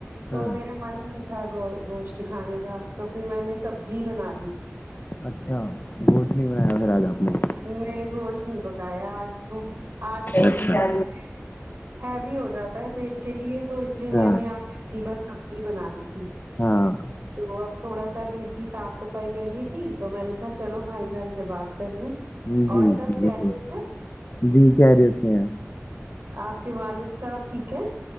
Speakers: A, on the right; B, on the left.
A: تو
B: ہاں،
A: میرا من نہیں تھا گ گوشت کھانے کا تو پھر میں نے سبزی بنا لی
B: اچھا گھوشت بھی بنایا پھر آج آپ نے
A: نہیں گوشت نہیں پکایا آج تو آج وہ
B: اچھا
A: تھوڑا ہی ہیوی ہو جاتا ہے پیٹ کے لیے تو اس لیے
B: ہاں
A: میں نے آ ایسی بس سبزی بنا لی تھی <inaudible>
B: ہاں
A: تو اب تھوڑا سا گھر کی صاف صفائی کر رہی تھی تو میں نے کہا چلو بھائی جان سے بات کر لیں
B: جی
A: اور
B: جی
A: سب خیریت
B: بالکل
A: ہیی
B: جی کیریت ہیں
A: آپ کے والد صاحب ٹھیک ہے